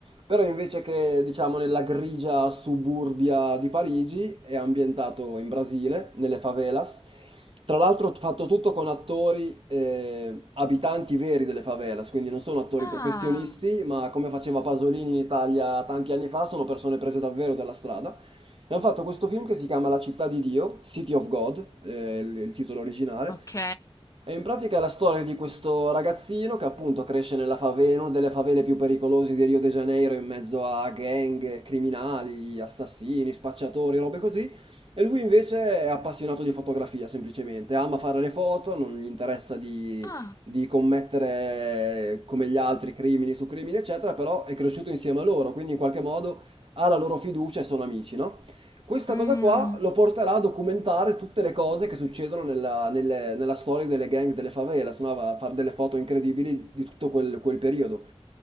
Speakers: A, on the right; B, on the left.
A: però invece che diciamo nella grigia suburbia di Parigi, è ambientato in Brasile, nelle favelas. Tra l'altro fatto tutto con attori eh, abitanti veri delle favelas, quindi non sono attori
B: Ah,
A: professionisti, ma come faceva Pasolini in Italia tanti anni fa, sono persone prese davvero dalla strada. E hanno fatto questo film che si chiama La città di Dio, City of God, eh, il il titolo originale,
B: ok.
A: è in pratica la storia di questo ragazzino che appunto cresce nella favela, in una delle favele più pericolose di Rio de Janeiro, in mezzo a gang, criminali, assassini, spacciatori, robe così. E lui invece è appassionato di fotografia, semplicemente. Ama fare le foto, non gli interessa di,
B: Ah,
A: di commettere come gli altri crimini su crimini, eccetera, però è cresciuto insieme a loro, quindi in qualche modo ha la loro fiducia e sono amici, no? Questa
B: mm,
A: cosa qua lo porterà a documentare tutte le cose che succedono nella, nelle- nella storia delle gang delle favelas, no? Va a fare delle foto incredibili di tutto quel, quel periodo.